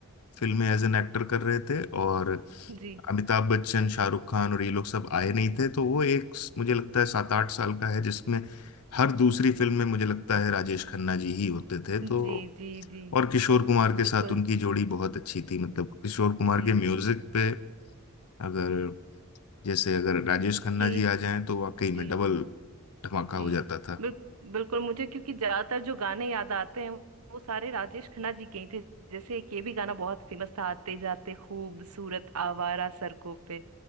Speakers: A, on the left; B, on the right.
A: फिल्में एज एन एक्टर कर रहे थे और
B: जी
A: अमिताभ बच्चन शाहरुख खान और ये लोग सब आए नहीं थे तो वो एक मुझे लगता है सात आठ साल का है जिसमें हर दूसरी फिल्म में मुझे लगता है राजेश खन्ना जी ही होते थे तो
B: जी जी जी
A: और किशोर कुमार के
B: बिल्कुल
A: साथ उनकी जोड़ी बहुत अच्छी थी मतलब किशोर कुमार
B: जी
A: के म्यूजिक पे अगर जैसे अगर राजेश खन्ना
B: कि
A: जी आ जाएं तो वाकई में
B: जी
A: डबल धमाका
B: जी
A: हो जाता था
B: बिल, बिल्कुल मुझे क्योंकि ज्यादातर जो गाने याद आते हैं वो सारे राजेश खन्ना जी के ही थे जैसे एक ये भी गाना बहुत फेमस था आते जाते खूबसूरत आवारा सड़कों पे